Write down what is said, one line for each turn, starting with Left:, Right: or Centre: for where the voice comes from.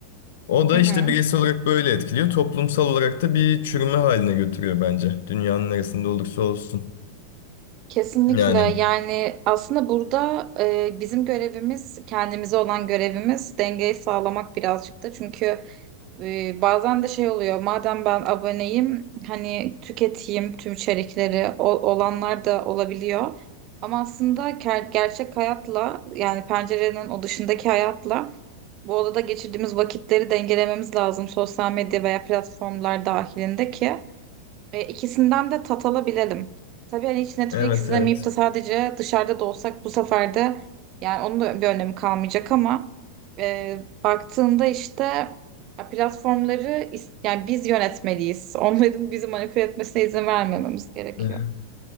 Left: O da
Right: Hı hı.
Left: işte bireysel olarak böyle etkiliyor. Toplumsal olarak da bir çürüme haline götürüyor bence. Dünyanın neresinde olursa olsun.
Right: Kesinlikle
Left: Yani
Right: yani aslında burada e, bizim görevimiz kendimize olan görevimiz dengeyi sağlamak birazcık da çünkü e, bazen de şey oluyor madem ben aboneyim hani tüketeyim tüm içerikleri o- olanlar da olabiliyor ama aslında ger- gerçek hayatla yani pencerenin o dışındaki hayatla bu odada geçirdiğimiz vakitleri dengelememiz lazım sosyal medya veya platformlar dahilinde ki. E, ikisinden de tat alabilelim. Tabii hani hiç Netflix
Left: evet
Right: izlemeyip
Left: evet.
Right: de sadece dışarıda da olsak bu sefer de yani onun da bir önemi kalmayacak ama e, baktığında işte ya platformları is- yani biz yönetmeliyiz. Onların bizi manipüle etmesine izin vermememiz gerekiyor.
Left: <laughs>